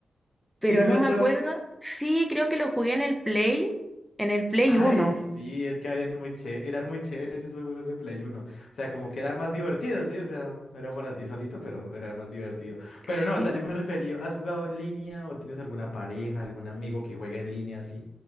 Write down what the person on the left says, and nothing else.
¿Sí jugaste
varios?
Ay,
sí, es que habían muy ché- eran muy chéveres esos juegos de Play uno O sea, como que era más divertido, sí, o sea, era para ti solito, pero era más divertido. Pero
no, o sea, yo me refería, ¿has jugado en línea o tienes alguna pareja, algún amigo que juegue en línea, así?